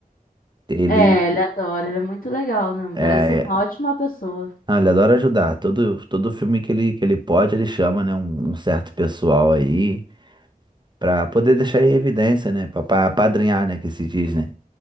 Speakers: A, on the right; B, on the left.
A: Ele,
B: É, ele adora, ele é muito legal, né?
A: é...
B: Parece ser uma
A: é-
B: ótima pessoa.
A: ah, ele adora ajudar. Todo, todo filme que ele, que ele pode, ele chama, né? Um, um certo pessoal aí pra poder deixar em evidência, né? Pra, pra apadrinhar, né? Que se diz, né?